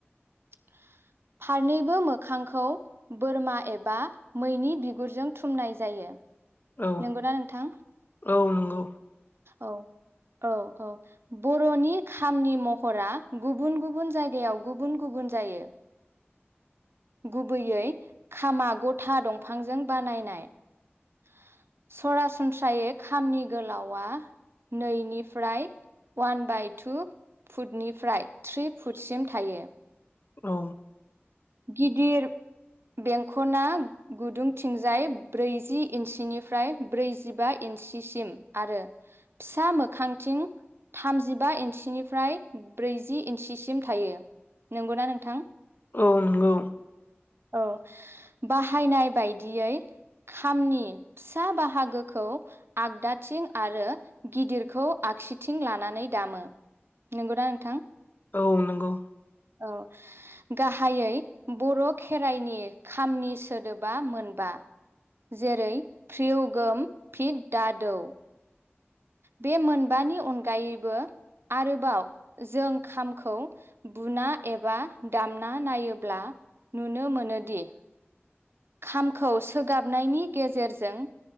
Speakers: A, on the right; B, on the left.
A: <inaudible> फारनैबो मोखांखौ बोरमा एबा मैनि बिगुरजों थुमनाय जायो।
B: औ
A: नंगौना नोंथां
B: औ नंगौ
A: औ औ औ बर'नि खामनि महरा गुबुन गुबुन जायगायाव गुबुन गुबुन जायो गुबैयै खामा गथा दंफांजों बानायनाय <inaudible> सरासनस्रायै खामनि गोलावआ नैनिफ्राय अवान बाय टु फुटनिफ्राय थ्रि फुटसिम थायो
B: औ
A: गिदिर बेंकना गुदुंथिंजाय ब्रैजि इन्सिनिफ्राय ब्रैजिबा इ नसिसिम आरो फिसा मोखांथिं थामजिबा इन्सिनिफ्राय ब्रैजि इन्सिसिम थायो नंगौना नोंथां
B: औ नंगौ
A: औ बाहायनाय बायदियै खामनि फिसा बाहागोखौ आगदाथिं आरो गिदिरखौ आ आगसिथिं लानानै दामो नंगौना नोंथां
B: औ नंगौ
A: औ गाहायै बर' खेराइनि खामनि सोदोबा मोनबा जेरै प्रिउगम पि दादौ बे मोनबानि अनगायैबो आरोबाव जों खामखौ बुना एबा दामना नायोब्ला नुनो मोनोदि खामखौ सोगाबनायनि गेजेरजों